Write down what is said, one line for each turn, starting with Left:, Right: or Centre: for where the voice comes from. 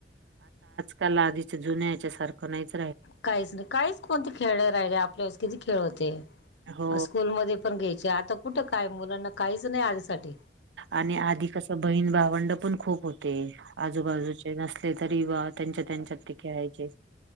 Right: त्याला आधीच जुन्या ह्यच्या सारखं नाहीच <unintelligible>
Left: काहीच नाही, काहीच कोणते खेळ राहिले आपल्यास किती खेळ होते.
Right: हो
Left: स्कूलमध्ये- पण घ्यायची. आता कुठं काय मुलांना काहीच नाही आधीसाठी.
Right: आणि आधी कसं बहीण-भावंड पण खूप होते, आजूबाजूचे नसले तरी वात- त्यांच्या त्यांच्यात ते खेळायचे,